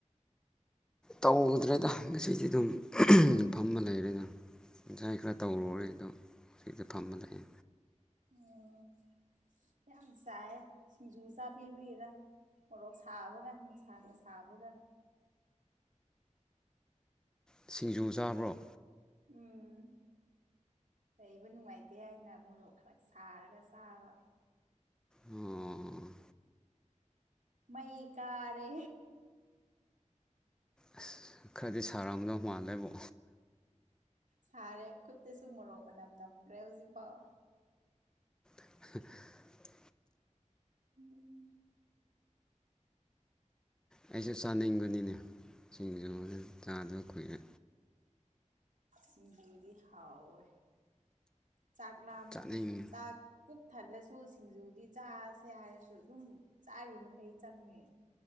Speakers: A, in the centre; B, on the right.
A: ꯇꯧꯗ꯭ꯔꯦꯗ ꯉꯁꯤꯗꯤ ꯑꯗꯨꯝ ꯐꯝꯕ ꯂꯩꯔꯦꯗ ꯉꯟꯁꯥꯏ ꯈꯔ ꯇꯧꯔꯨꯔꯦ ꯑꯗꯣ ꯁꯤꯗ ꯐꯝꯕ ꯂꯥꯛꯑꯦ
B: ꯑꯣ ꯌꯥꯝ ꯆꯥꯏ ꯁꯤꯡꯖꯨ ꯆꯥꯕꯤꯕꯤꯔꯥ ꯃꯣꯔꯣꯛ ꯁꯥꯕꯒ ꯅꯨꯡꯁꯥꯗ ꯁꯥꯕꯒ
A: ꯁꯤꯡꯖꯨ ꯆꯥꯕ꯭ꯔꯣ
B: ꯎꯝ ꯂꯩꯕ ꯅꯨꯡꯉꯥꯏꯇꯦ ꯍꯥꯏꯅ ꯃꯣꯔꯣꯛ ꯈꯔ ꯁꯥꯔꯒ ꯆꯥꯕ
A: ꯑꯣ
B: ꯃꯩ ꯀꯥꯔꯦ
A: ꯑꯁ ꯈꯔꯗꯤ ꯁꯔꯥꯎꯗꯧ ꯃꯥꯜꯂꯦꯕꯨ
B: ꯁꯥꯔꯦ ꯈꯨꯠꯇꯁꯨ ꯃꯣꯔꯣꯛ ꯃꯅꯝ ꯅꯝꯈ꯭ꯔꯦ ꯍꯧꯖꯤꯛꯐꯥꯎ
A: <inaudible>
B: ꯎꯝ
A: ꯑꯩꯁꯨ ꯆꯥꯅꯤꯡꯕꯅꯤꯅꯦ ꯁꯤꯡꯖꯨ ꯁꯦ ꯆꯥꯗꯕ ꯀꯨꯏꯔꯦ
B: ꯁꯤꯡꯖꯤꯗꯤ ꯍꯥꯎꯋꯦ ꯆꯥꯛ ꯂꯥꯝ
A: ꯆꯥꯅꯤꯡꯉꯤ
B: ꯆꯥꯛ ꯄꯨꯛ ꯊꯠꯂꯁꯨ ꯁꯤꯡꯖꯨꯗꯤ ꯆꯥꯁꯦ ꯍꯥꯏꯔꯁꯨ ꯑꯗꯨꯝ ꯆꯥꯔꯤ ꯃꯈꯩ ꯆꯪꯉꯦ